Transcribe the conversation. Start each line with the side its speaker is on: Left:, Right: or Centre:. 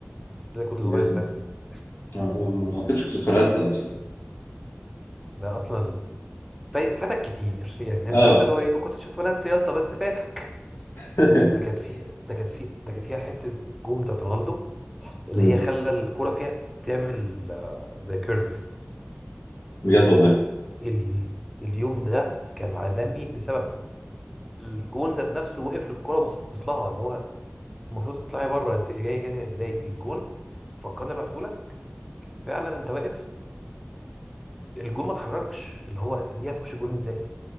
Centre: ده كنت
Left: وجهة
Centre: صغير ساعتها
Left: نظر.
Centre: <laughs>
Left: ما ما- ما اعتقدش كنت اتولدت اصلا
Centre: ده اصلا فاي- فاتك كتير يعني انت
Left: اه
Centre: عارف اللي هو ايه ما كنتش اتولدت يا اسطى بس فاتك
Left: <laughs>
Centre: ده كان فيه ده كان فيه ده كان فيها حته جون بتاعت رونالدو اللي
Left: مم.
Centre: هي خلى الكوره فيها تعمل آه، زي كيرف
Left: بجد والله
Centre: ال- اليوم ده كان عالمي بسبب الجون ذات نفسه وقف للكوره وبصص لها اللي هو المفروض تطلعي بره انت جاي جاي ازاي الجون فكرني ابعتهولك فعلا انت واقف الجون ما اتحركش اللي هو دي هتخش جون ازاي